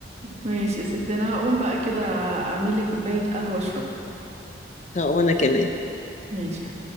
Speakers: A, on the right; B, on the left.
A: ماشي يا ستي انا هقوم بقى كده اعمل لي كوباية قهوة اشربها
B: طب وانا كمان
A: ماشي